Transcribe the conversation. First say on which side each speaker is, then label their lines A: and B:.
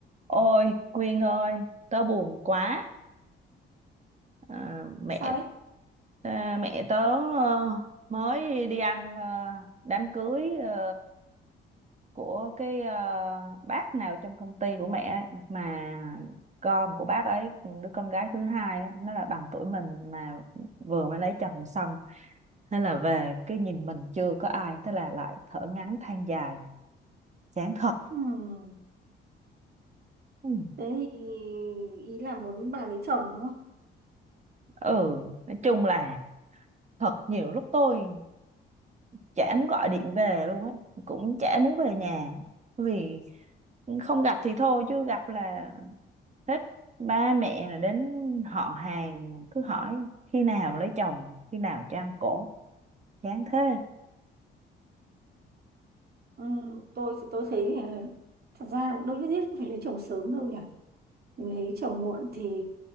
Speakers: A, on the right; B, on the right.
A: Ôi Quyên ơi, tớ buồn quá. À, mẹ
B: sao đấy
A: à, mẹ tớ ờ, mới đi ăn ờ, đám cưới ờ, của cái ờ, bác nào trong công ty của mẹ ấy. mà con của bác ấy đứa con gái thứ hai á, nó là bằng tuổi mình mà vừa mới lấy chồng xong nên là về cái nhìn mình chưa có ai thế là lại thở ngắn than dài chán thật
B: Ừm,
A: ừ,
B: thế thì ý là muốn bà lấy chồng đúng không
A: ừ nói chung là thật nhiều lúc tôi chả muốn gọi điện về luôn á cũng chả muốn về nhà vì không gặp thì thôi chứ gặp là hết ba mẹ là đến họ hàng cứ hỏi khi nào lấy chồng khi nào cho ăn cổ chán thế
B: Ừm, tôi tôi thấy là thật ra đâu nhất thiết phải lấy chồng sớm đâu nhỉ mình lấy chồng muộn thì